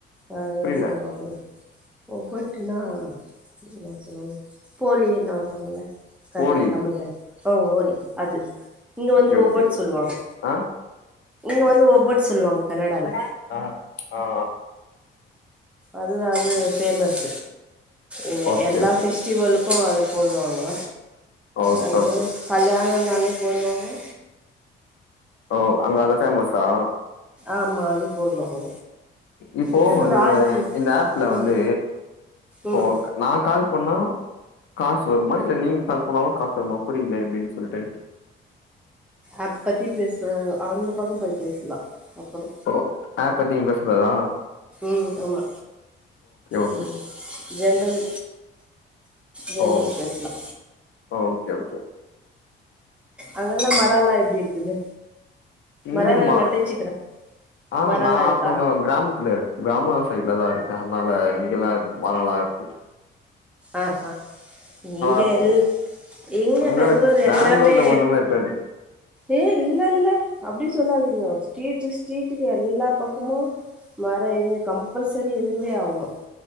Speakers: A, in the centre; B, on the left.
A: ஹ எதோ
B: புரியல
A: சொல்லுவாங்கல்ல ஒவ்வட்டுனா என்ன சொல்லுவாங்க போலி என்னவாங்கல கர்னா
B: போலி
A: தமிழ்ல ஓ ஓரி அது இங்க
B: ஓகே
A: வந்து
B: ஓகே
A: ஒபொட் சொல்லுவாங்க
B: ஆ
A: இங்க வந்து ஒப்பொட்டு் சொல்லுவாங்க கன்னடால
B: ஆ ஆஆ
A: அதுதா அது ஃபேமஸ் இங்க
B: ஓகே
A: எல்லா
B: ஓகே
A: ஃபெஸ்டிவலுக்கு அது போடு வாங்கோ
B: ஓகே
A: அ
B: ஓகே
A: கல்யாணோ இதனாலே போடுவாங்கோ
B: ஓ அங்க அத ஃபேமஸா
A: ஆமா அது போடுவாங்க
B: இப்போ
A: அப்றோ
B: நீங்க
A: ராஜு
B: இந்த ஆப்ல வந்து
A: ம் ம்
B: ஓக் நா கால் பண்ணா காசு வருமா இல்ல நீங்க கால் பன்னாலு காசு வருமா புரிய்ல எப்டினு சொல்ட்டு
A: ஆப் பத்தி பேச அந்த பக்க போய் பேசலா அப்றோ
B: ஓ ஆப் பாத்தீங்க பேசகூடாதா
A: உ ஆமா
B: ஓகே
A: உ ஜென்ரல் ஜென்ரல்
B: ஓ
A: பேச்லா
B: ஓகே ஓகே
A: அங்கெல்லா மரல்லா எப்டி இருக்குது
B: இங்க
A: மரல்லா
B: மா
A: நட்டு வச்சுக்கிறே
B: ஆ
A: மரல்லா
B: நா
A: இருக்கா
B: கொஞ்சோ கிராமத்துல இரு கிராமோ சைட்ல தா இருக்கே அதனால இங்கல்லா இருக்கு மரோலா இருக்
A: ஆ ஹ இங்க
B: இருக்கு
A: எல் இங்க
B: அங்க
A: பெங்களூர்
B: பெங்களூர்ல
A: எல்லாமே
B: ஒண்ணுமே இருக்காது
A: ஏ இல்லல்ல அப்டி சொல்லாதீங்க ஸ்ட்ரீட் ஸ்ட்ரீட்டுக்கு எல்லா பக்கமு மரோ இருந்து கம்பல்சரி இருந்தே ஆவனு